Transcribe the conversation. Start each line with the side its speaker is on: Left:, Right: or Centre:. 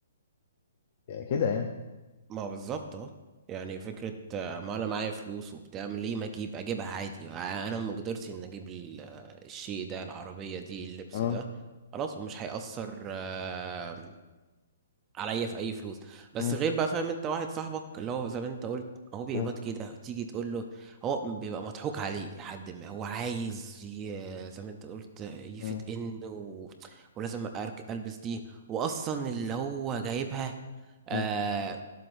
Left: كده يعني
Right: ما هو بالظبط اه يعني فكرة آه، ما انا معايا فلوس وبتاع ليه ما اجيب اجيبها عادي آه، انا مقدرتي ان اجيب ال- آه، الشيء ده العربية دي اللبس
Left: اه
Right: ده خلاص ومش هيأثر آه، عليا في اي فلوس بس
Left: امم
Right: غير بقى فاهم انت واحد صاحبك اللي هو زي ما انت قلت هو بيقبض
Left: امم
Right: كده تيجي تقول له هو بيبقى مضحوك عليه لحد ما هو عايز ي- زي ما انت قلت يفت
Left: امم
Right: ان و... ولازم أرك- البس دي واصلا اللي هو جايبها آه،
Left: امم